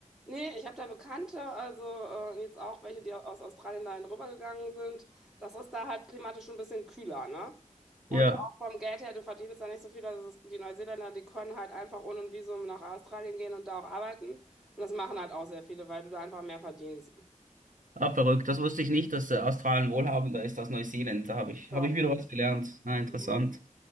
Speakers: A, in the centre; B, on the right.
A: Nee, ich habe da Bekannte, also äh, jetzt auch welche, die aus Australien dahin rübergegangen sind. Das ist da halt klimatisch ein bisschen kühler, ne? Und
B: Ja.
A: auch vom Geld her, du verdienst da nicht so viel. Also es- die Neuseeländer, die können halt einfach ohne ein Visum nach Australien gehen und da auch arbeiten. Und das machen halt auch sehr viele, weil du da einfach mehr verdienst.
B: Ah, verrückt. Das wusste ich nicht, dass äh, Australien wohlhabender ist als Neuseeland. Da habe ich,
A: So.
B: habe ich wieder was gelernt. Na, interessant.
A: Mhm.